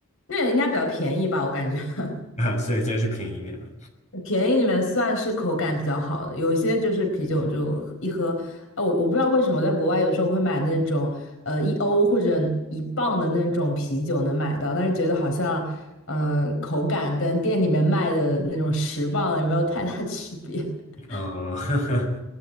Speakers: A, on the left (about 70°); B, on the left (about 35°).
A: 那个应该比较便宜吧，我感觉。<laughs>
B: <laughs> 啊，所以这个是便宜面了。
A: 便宜里面算是口感比较好的，有些就是啤酒就喝一喝，哦，我不知道为什么在国外有时候会买那种呃一欧或者一磅的那种啤酒能买到，但是觉得好像嗯、呃口感跟店里面卖的那种十磅的也没有太大区别，<laughs>
B: 嗯，<laughs>